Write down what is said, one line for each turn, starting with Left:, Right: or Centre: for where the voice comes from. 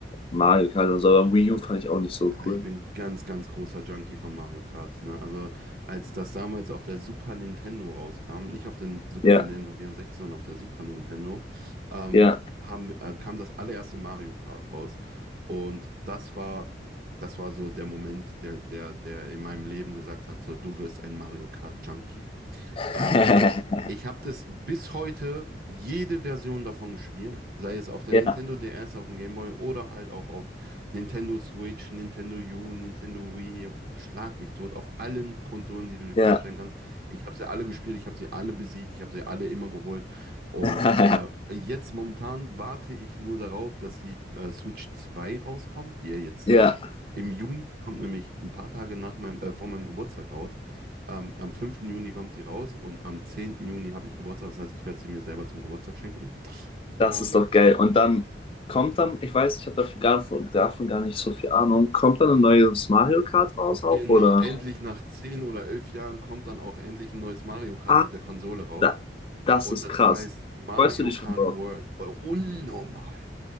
Left: Mario Kart und so, aber Wii U fand ich auch nicht so
Right: Ja,
Left: cool.
Right: ich bin ganz, ganz großer Junkie von Mario Kart. Ne? Also als das damals auf der Super Nintendo rauskam, nicht auf den Super
Left: Ja,
Right: Nintendo 64, sondern auf der Super Nintendo, ähm,
Left: ja.
Right: haben, äh, kam das allererste Mario Kart raus. Und das war, das war so der Moment, der, der, der in meinem Leben gesagt hat, so, du wirst ein Mario Kart Junkie.
Left: <laughs>
Right: Ähm, ich habe das bis heute jede Version davon gespielt, sei es auf der
Left: Ja,
Right: Nintendo DS, auf dem Game Boy oder halt auch auf Nintendo Switch, Nintendo U, Nintendo Wii, schlag mich tot, auf allen Konsolen, die du dir
Left: ja.
Right: vorstellen kannst. Ich habe sie alle gespielt, ich habe sie alle besiegt, ich habe sie alle immer geholt. Und
Left: <laughs>
Right: äh, jetzt momentan warte ich nur darauf, dass die äh, Switch 2 rauskommt, die ja jetzt
Left: Ja.
Right: äh, im Juni die kommt, nämlich ein paar Tage nach meinem, äh, vor meinem Geburtstag raus. Ähm, am fünften Juni kommt sie raus und am zehnten Juni habe ich Geburtstag. Das heißt, ich werde sie mir selber zum Geburtstag schenken.
Left: Das
Right: Ähm,
Left: ist doch geil. Und dann kommt dann, ich weiß, ich habe dafür gar, von- davon gar nicht so viel Ahnung, kommt dann ein neues Mario Kart raus
Right: genau,
Left: auch, oder?
Right: endlich nach 10 oder 11 Jahren kommt dann auch endlich ein neues Mario Kart
Left: Ah,
Right: mit der Konsole raus.
Left: da, das
Right: Und
Left: ist
Right: das
Left: krass.
Right: heißt Mario
Left: Freust du dich
Right: Kart
Left: schon drauf?
Right: World. Äh, Unnormal.